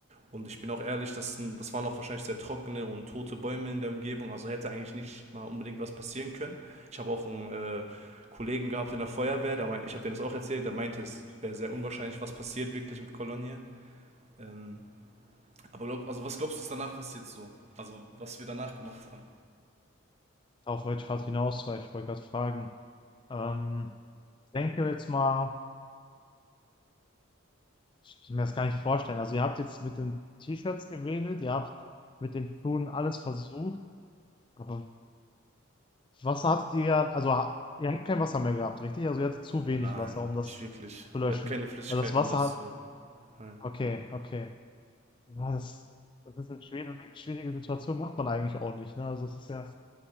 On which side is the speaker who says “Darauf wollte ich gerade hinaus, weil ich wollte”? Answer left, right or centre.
Left